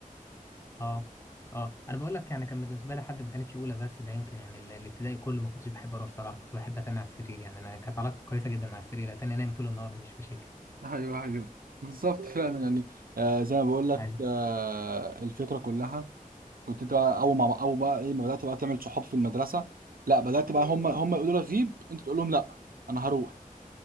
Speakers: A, on the left; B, on the right.
A: اه اه انا بقول لك يعني كان بالنسبة لي حد ما كانتش اولى بس ده يمكن يعني ال- الابتدائي كله ما كنتش بحب اروح الصراحة كنت بحب اتنى على السرير يعني انا كانت علاقتي كويسة جدا مع السرير اتنى انام طول النهار مفيش مشاكل
B: ايوه ايوه بالظبط فعلا يعني آه زي ما بقول لك
A: ايوه
B: آه الفكرة كلها كنت انت بقى اول ما اول بقى ايه ما بدأت بقى تعمل صحاب في المدرسة لا بدأت بقى هم هم يقولوا لك غيب انت تقول لهم لا انا هروح